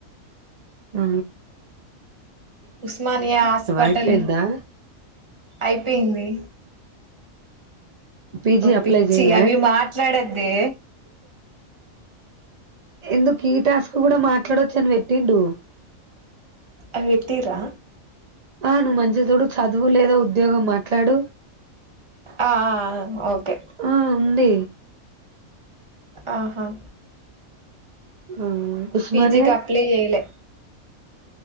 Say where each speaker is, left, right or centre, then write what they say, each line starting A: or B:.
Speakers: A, on the right; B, on the right.
A: ఆ
B: ఉస్మానియా హాస్పిటల్
A: అయిపోయిందా
B: అయిపేయింది
A: పీజీ
B: ఓ
A: అప్లై
B: పిచ్చి
A: చేయలే
B: అవి మాట్లాడే దే
A: ఎందుకు కీటాస్క్ కూడా మాట్లాడవచ్చు అని పెట్టిండు
B: అవ్ పెట్టిరా
A: ఆ నువ్వు మంచి చూడు చదువు లేదా ఉద్యోగం మాట్లాడు
B: ఆ ఓకే
A: ఆ ఉంది
B: ఆహా
A: ఆ ఉస్మానియా
B: పిజికి అప్లై చేయలే